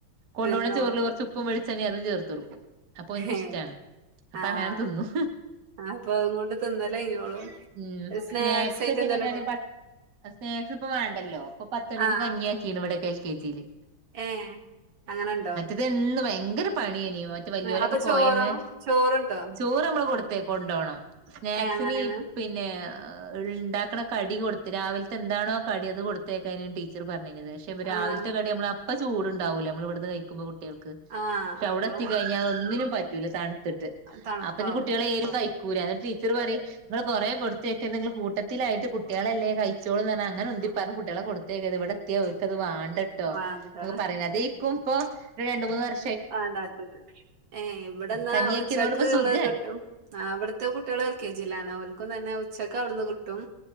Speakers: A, on the right (about 50°); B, on the right (about 70°).
A: കൊണ്ടു
B: തിന്നോളും
A: പോണ ചോറില് കൊറച്ച് ഉ പ്പും വെളിച്ചണ്ണെ അതും ചേർത്ത് കൊടുക്കും അപ്പൊ ഓൻക്ക്
B: ഏഹ്
A: ഇഷ്ടാണ് അപ്പ
B: ആഹ്
A: അങ്ങനെ തിന്നും
B: അപ്പൊ അതുകൊണ്ട് തിന്നലഴിഞ്ഞോളും
A: ഉം
B: സ്നാക്സ്
A: സ്നാക്സ്ക്കെ
B: ആയിട്ട് എന്തേലൊക്കെ
A: എങ്ങനെയാണ് <unintelligible> സ്നാക്സ് ഇപ്പ വേണ്ടല്ലോ ഇപ്പൊ പത്ത് മണിക്ക്
B: ആഹ്
A: കഞ്ഞി ആക്കിണ് ഇവടെയൊക്കെ എൽ കെ ജിയില്
B: ഏഹ് അങ്ങനെ ഉണ്ടോ?
A: ഇതിന്ന് ഭയങ്കര പണിയ്ന് മറ്റ് വലിയോല്
B: അപ്പൊ
A: ഒക്കെ
B: ചോറോ
A: പോയന്ന്
B: ചോറുണ്ടോ
A: ചോറ് നമ്മള് കൊട് കൊണ്ടോണം സ്നാക്സിന്
B: ഏഹ് അങ്ങനെയാണ്
A: ഈ പിന്നെ ഇണ്ടാക്കണ കടി കൊടുത്ത് രാവിൽ ത്തെ എന്തണോ കടി അത് കൊടുത്തേക്കാണ് ടീച്ചറ് പറഞ്ഞിരുന്നത് പക്ഷെ രാവിലത്തെ
B: ആഹ്
A: കടി നമ്മള് ഇപ്പ ചൂടുണ്ടാവൂല്ലേ നമ്മള് ഇവിടുന്ന് കയിക്കുമ്പോ കുട്ടികൾക്ക്
B: ആഹ്
A: പക്ഷെ അവടെ
B: അപ്പം
A: എത്തി കയിഞ്ഞാ ഒന്നിനും പ റ്റൂല തണുത്തിട്ട്
B: തണുപ്പാവും
A: അപ്പൊ ഇനി കുട്ടികള് ഏതും കയി കൂല്ല എന്നിട്ട് ടീച്ചറ് പറയും നിങ്ങള് കൊറെ കൊടുത്തയ്ക്കല്ലെ നിങ്ങള് കൂട്ടത്തിലായിട്ട് കുട്ടികളല്ലേ കയി ച്ചോളും പറഞ്ഞ് അങ്ങനെ ഉന്തി പറഞ്ഞ് കുട്ടികളെ കൊടുത്തേക്കരുത് ഇവടെ എത്തിയാ ഓര്ക്കത് വാണ്ടട്ടോ
B: വേണ്ട
A: അങ്ങ് പറയും <unintelligible> ക്കും ഇപ്പോ രണ്ട് മൂന്ന് വർ
B: വാണ്ടാത്തത് ഏഹ് ഇവടെന്നാ
A: കഞ്ഞിയാക്കിയതോണ്ട്
B: ഉച്ചക്ക്
A: ഇപ്പൊ സുഖാണ്
B: ഒള്ളത് കിട്ടും ആഹ് അവടത്തെ കുട്ടികളും എ ൽ കെ ജിയിലാണ് അവർക്കും തന്നെ ഉച്ചക്ക് അവടുന്ന് കി ട്ടും